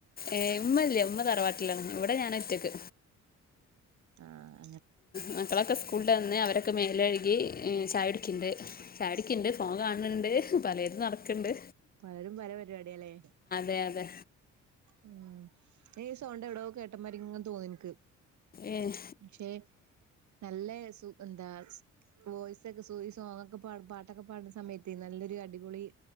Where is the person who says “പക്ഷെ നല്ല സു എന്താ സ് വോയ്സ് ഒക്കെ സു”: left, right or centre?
Right